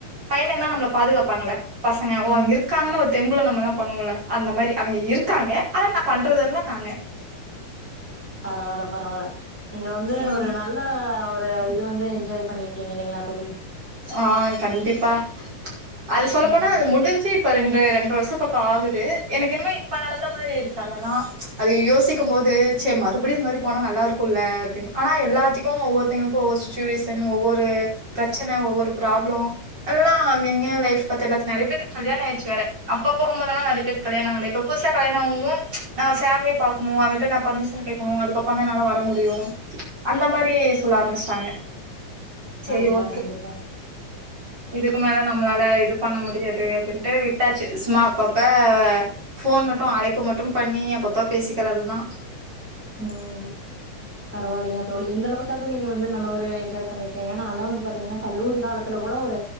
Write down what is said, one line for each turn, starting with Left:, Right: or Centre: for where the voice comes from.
Right: பையனுங்கனா நம்மள பாதுகாப்பாங்கல்ல பசங்க ஓ
Centre: ம்
Right: அங்க இருக்காங்கனு தெம்புல நம்மல்லா பண்ணுவோம்ல அந்த மாரி அவங்க இருக்காங்க ஆனா நா பண்றதெல்லா நாங்க
Centre: பரவால்ல பரவால்ல நீங்க வந்து
Right: ம்
Centre: ஒரு நல்ல ஒரு இது வந்து என்ஜாய் பண்ணிருக்கீங்க இல்லைங்களா தோழி
Right: ஆ கண்டிப்பா அது சொல்ல
Centre: ம்
Right: போனா அது முடிஞ்சு இப்ப ரெண்டு ரெண்டர வருஷ பக்கோ ஆகுது எனக்கு என்னமோ இப்ப நடந்த மாரி இருக்கு அதெல்லா அது யோசிக்கும் போது மறுபடியு இந்த மாரி போனா நல்லா இருக்குல்ல அப்படின்னு ஆனா எல்லாத்துக்கு ஒவ்வொருத்தங்களுக்கு ஒவ்வொரு சுச்சுவேஷன் ஒவ்வொரு பிரச் சன, ஒவ்வொரு ப்ராப்ளம் எல்லா அங்க இங்க லைஃப் பாத்து எல்லாத்துக் நறைய பேத்துக்கு கல்யாணம் ஆயிடுச்சு வேற அப்ப போகும்போதெல்லா நறைய பேருக்கு கல்யாணம் ஆகல இப்ப புதுசா கல்யாணம் ஆவு நா ஃபேம்லிய பாக்கணு அவருகிட்ட நா பர்மிஷன் கேக்கணு அதுக்கு அப்பறந்தா என்னால வர முடியு அந்த மாரி சொல்ல ஆரம்பிச்சிட்டாங்க சேரி
Centre: கண்டிப்பா
Right: ஓ
Centre: கண்டிப்பா
Right: இதுக்கு மேல நம்மளால இது பண்ண முடியாது அப்படின்ட்டு விட்டாச்சு சும்மா அப்பப்ப ஃபோன் மட்டு அழைப்பு மட்டு பணணி அப்பப்ப பேசிக்கறதுதா
Centre: ம் பரவாயில்லைங்க தோழி இந்தளவுக் காவது நீங்க வந்து நல்லா ஒரு என்ஜாய் பண்ணிருக்கீங்க நான்லா வந்து பாத்தீங்கனா கல்லூரி காலத்துல கூட ஒரு